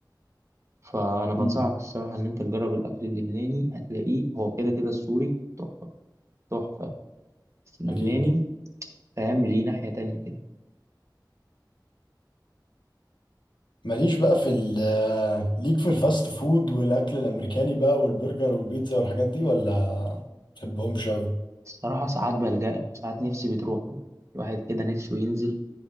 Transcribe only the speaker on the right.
فانا بنصحك
الصراحة ان انت تجرب الاكل اللبناني هتلاقيه هو كده كده السوري تحفة تحفة بس اللبناني
فاهم ليه ناحية تانية كده
الصراحة ساعات بلجأ له ساعات نفسي بتروح له الواحد كده نفسه ينزل